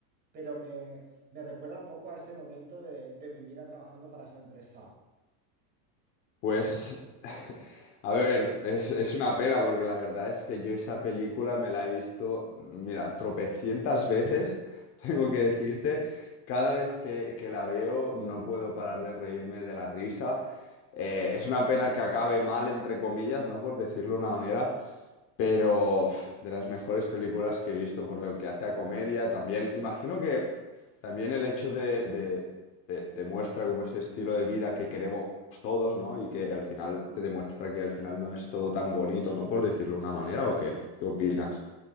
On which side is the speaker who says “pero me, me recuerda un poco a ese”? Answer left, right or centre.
Right